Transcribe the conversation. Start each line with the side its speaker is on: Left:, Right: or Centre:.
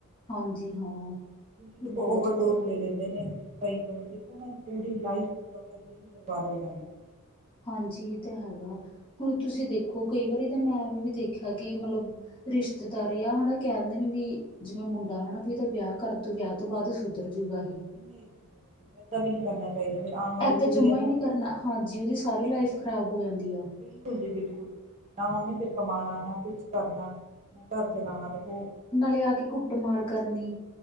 Left: ਹਾਂਜੀ, ਹਾਂ।
Right: ਕਿਓਕਿ
Left: ਬਹੁਤ
Right: ਦੇਖੋ ਓਵਰਡੋਜ਼
Left: ਬੁਰਾ
Right: ਲੈ ਲੈਂਦੇ ਨੇ। ਕਈ ਤੋਂ ਦੇਖੋ ਉਹਨਾਂ ਦੀ ਪੂਰੀ ਲਾਈਫ <unintelligible> ਵੀ ਬਰਬਾਦ ਹੋ ਜਾਂਦਾ ਏ।
Left: ਹਾਂਜੀ ਇਹ ਤਾਂ ਹੈਗਾ। ਹੁਣ ਤੁਸੀਂ ਦੇਖੋ ਕਈ ਵਾਰੀ ਤਾਂ ਮੈਂ ਐਵੇਂ ਵੀ ਦੇਖਿਆ ਕਿ ਮਤਲਬ ਰਿਸ਼ਤੇਦਾਰ ਆ ਹਨਾ ਕਹਿੰਦੇ ਨੇ ਵੀ ਜਿਵੇਂ ਮੁੰਡਾ ਹਨਾ ਵੀ ਇਹਦਾ ਵਿਆਹ ਕਰ ਤੂ ਵਿਆਹ ਤੋਂ ਬਾਅਦ ਸੁਧਰ ਜੂਗਾ ਇਹੇ।
Right: ਨਹੀਂ ਜੀ ਨਹੀਂ ਏਦਾਂ ਵੀ ਨੀ ਕਰਨਾ <unintelligible>
Left: ਏਦਾਂ ਜਮਾ
Right: ਹੈ ਨਾ
Left: ਈ ਨੀ ਕਰਨਾ ਹਾਂਜੀ, ਉਹ ਦੀ ਸਾਰੀ ਲਾਈਫ ਖ਼ਰਾਬ ਹੋ ਜਾਂਦੀ ਆ।
Right: ਬਿਲਕੁਲ ਜੀ ਬਿਲਕੁਲ। ਨਾ ਉਨੇ ਫਿਰ ਕਮਾਣਾ, ਨਾ ਕੁਛ ਕਰਨਾ, ਨਾ ਘਰ ਚਲਾਣਾ, ਦੇਖੋ
Left: ਨਾਲੇ ਆ ਕੇ ਕੁੱਟ-ਮਾਰ ਕਰਨੀ।